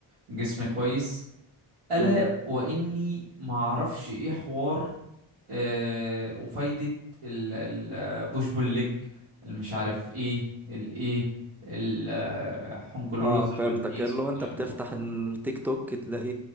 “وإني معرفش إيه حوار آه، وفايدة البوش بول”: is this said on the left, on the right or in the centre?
Right